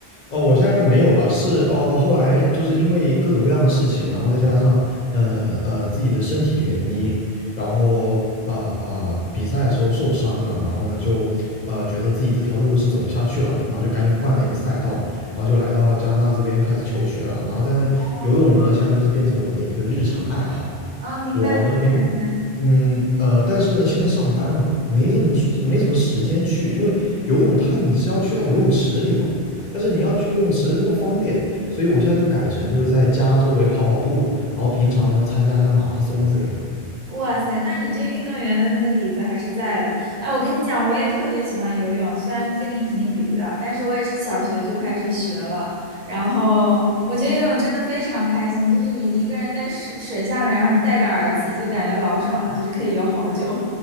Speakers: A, on the left (about 45°); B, on the right (about 40°).
A: 哦，我现在没有了，是哦，后来就是因为各种各样的事情，然后再加上呃呃自己的身体原因，然后啊啊、呃比赛的时候受伤了，然后呢就呃觉得自己这条路是走不下去了，然后就赶紧换了一个赛道，然后就来到加拿大这边开始求学了，然后但是游泳呢现在就是变成我的一个日常爱好。
B: 哦，哦，明白明白明白。
A: 我呢平，嗯呃，但是呢，现在上班了嘛，没什么时没什么时间去，因为游泳它你是要去到游泳池里头的，但是你要去游泳池不方便，所以我现在就改成就是在家周围跑跑步，然后平常呢参加一下马拉松这样。
B: 哇塞，那你这运动员的那个底子还是在的。哎，我跟你讲，我也特别喜欢游泳，虽然跟你肯定比不了，但是我也是小学就开始学了。然后我觉得游泳真的非常开心，就是你一个人在水水下面，然后你戴个耳机，就感觉老爽了，就是可以游好久。